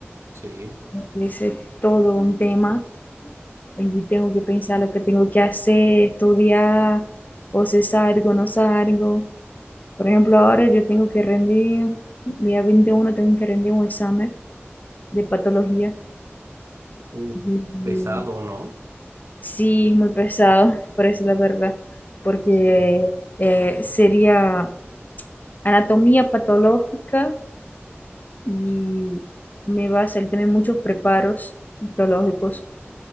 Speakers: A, on the right (about 75°); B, on the left (about 40°).
A: Sí.
B: Ese es todo un tema. Y tengo que pensar lo que tengo que hacer, estudiar, o si salgo, no salgo. Por ejemplo, ahora yo tengo que rendir, día 21 tengo que rendir un examen de patología.
A: Uh,
B: Y y
A: pesado, ¿no?
B: sí, es muy pesado, <laughs> por eso la verdad, porque
A: Sí.
B: eh, sería anatomía patológica y me va a salir también muchos preparos histológicos,